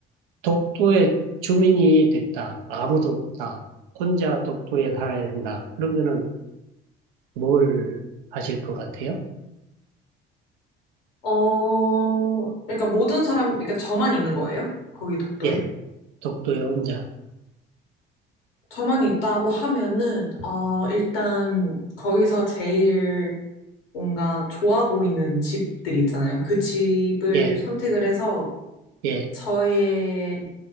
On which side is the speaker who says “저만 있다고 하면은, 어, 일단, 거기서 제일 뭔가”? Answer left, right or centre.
Left